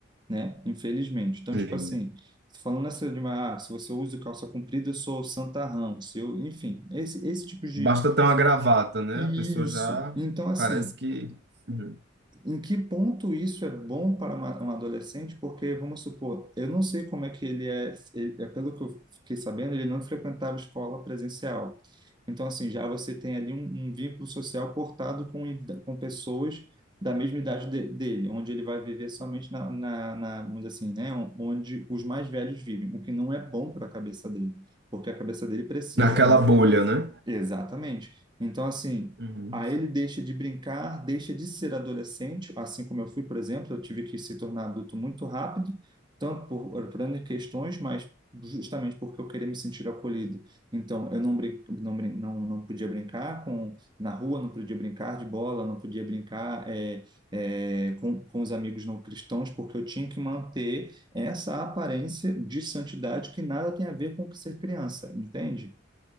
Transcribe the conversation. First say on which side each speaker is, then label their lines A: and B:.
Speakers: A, on the right (about 25°); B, on the right (about 60°).
A: né? Infelizmente. Então,
B: Sim.
A: tipo assim, falando essa de uma, ah, se você usa calça comprida, eu sou o santarrão, se eu, enfim, esse, esse tipo de.
B: Basta ter uma gravata, né?
A: Isso.
B: A pessoa já
A: Então, assim,
B: parece que uhum,
A: em que ponto isso é bom para uma, um adolescente? Porque, vamos supor, eu não sei como é que ele é, ele- é pelo que eu fiquei sabendo, ele não frequentava escola presencial. Então, assim, já você tem ali um, um vínculo social cortado com, id- com pessoas da mesma idade de- dele, onde ele vai viver somente na, na, na, vamos dizer assim, né, onde os mais velhos vivem, o que não é bom para a cabeça dele, porque a cabeça dele precisa
B: naquela
A: ainda
B: bolha, né?
A: Exatamente. Então, assim,
B: Uhum.
A: aí ele deixa de brincar, deixa de ser adolescente, assim como eu fui, por exemplo, eu tive que se tornar adulto muito rápido, tanto por, por N questões, mas justamente porque eu queria me sentir acolhido. Então, eu não, brin não, brin- não, não podia brincar com, na rua, não podia brincar de bola, não podia brincar é, é, com, com os amigos não cristãos, porque eu tinha que manter essa aparência de santidade que nada tem a ver com ser criança, entende?